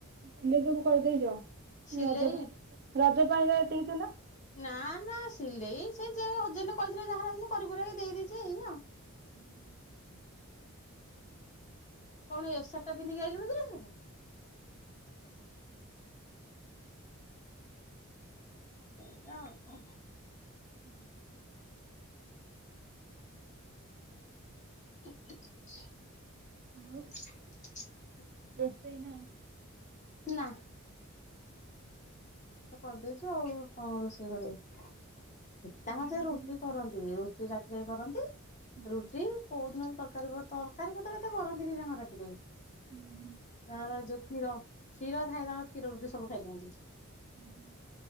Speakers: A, on the right; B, on the left.
A: ପିଲେ ସବୁ କରିଦେଇଚ।
B: ସିଲେଇ
A: ରଜ ପାଇଁ ରଜ ପାଇଁ ଏତିକି ଥିଲା।
B: ନାଁ, ନାଁ ସିଲେଇ ସେ ଯେ ଅଜେଣ୍ଟେ କହିଥିଲେ ଯାହାର, ଜିଇଁତି କୁରାକି ଦେଇେଇଛି, ଏଇଆ ଆଉ।
A: ଉଁ, ହୁଁ।
B: କଣ ଏସାର୍ଟା ପିନ୍ଧିକି ଆଇଲୁଣି କିଲୋ ଝିଅଟା? ସେଇଆ ଆଉ କଣ?
A: ଉଁ, ହୁଁ।
B: <unintelligible>
A: ଆଉ ରୋଷେଇ ନାଇଁ?
B: ନାଁ। ଆଉ କରିଦେଇଛୁ, ଆଉ କଣ ରୋଷେଇ କରିବ? ତାଙ୍କ
A: ଆମର
B: ସେ ରୁଟି
A: ଟିକେ
B: କରନ୍ତି, ରୁଟି ରାତିରେ କରନ୍ତି।
A: ହୁଁ।
B: ରୁଟି କୋଉ ଦିନ ତରକାରୀ ପତର, ତରକାରୀ ପତ୍ର ଏତେ କରନ୍ତିନି, ତାଙ୍କ ରାତିରେ।
A: ହୁଁ, ହୁଁ।
B: ତାଙ୍କର ଯୋଉ କ୍ଷୀର-କ୍ଷୀର ଥାଏ, ତାଙ୍କର କ୍ଷୀର ରୁଟି ସବୁ ଖାଇ ଦିଅନ୍ତି।
A: ଉଁ ହୁଁ।